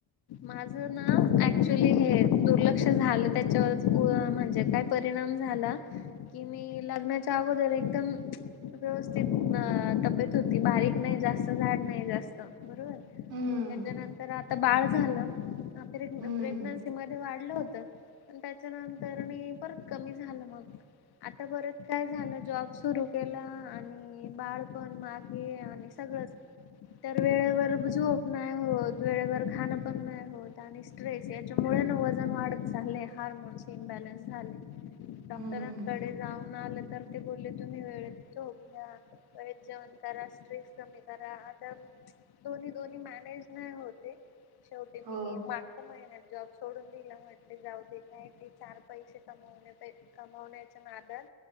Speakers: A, on the left; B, on the right.
A: माझ ना, ऍक्च्युली हे दुर्लक्ष झालं. त्याच्यावरच उ म्हणजे का पर परीणाम झाला. कि मी लग्नाच्या अगोदर एकदम व्यवस्थित अ तब्येत होती. बारीक नाही, जास्त जाड नाही. जास्त हं, बरोबर.
B: हम्म
A: त्याच्यानंतर आता बाळ झालं. प्रेग्नं
B: हम्म,
A: -प्रेग्नन्सी मध्ये वाढलं होतं. पण, त्याच्यानंतर मी, परत कमी झालं मग. आता परत काय झालं? जॉब सुरू केला आणि आणि बाळपण मागे आणि सगळंच तर वेळेवर झोप नाही होत. वेळेवर खाण पण नाही होत. आणि स्ट्रेस याच्यामुळे ना, वजन वाढत चाललंय. हार्मोन्स इम्बॅलन्स झाले. डॉक्टरांकडे
B: हम्म,
A: जाऊन आलं तर ते बोलले तुम्ही वेळेत झोप घ्या. वेळेत जेवण करा. स्ट्रेस कमी करा. आता दोन्हाय दोन्ही मॅनेज नाही होते. शेवटी
B: हो,
A: मी माग महिन्यात जॉब सोडून दिलं. म्हटले जाऊ दे, काय ते चार पैसे कमवणे पे कमवण्याच्या नादात